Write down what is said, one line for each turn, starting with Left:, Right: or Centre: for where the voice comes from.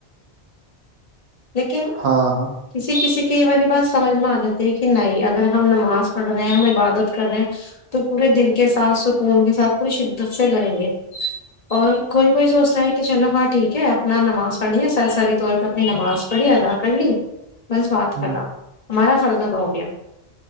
Left: لیکن
Right: ہاں ہاں
Left: کسی کسی کہ یہ والی بات سمجھ میں آ جاتی ہے کہ نہیں اگر ہم نماز پڑھ رہے ہیں ہم عبادت کر رہے ہیں تو پورے دل کے ساتھ سکون کے ساتھ پوری شدت سے کریں گے اور کوئی کوئی سوچتا ہے کہ چلو ہاں ٹھیک ہے اپنا نماز <unintelligible> پڑنی ہے سر ساری طور پ اپنی نماز <unintelligible> بڑیادا کلی <unintelligible> بس بات
Right: ہوں
Left: کرا ہمارا <unintelligible> فرض زیادہ ہو گیا <unintelligible>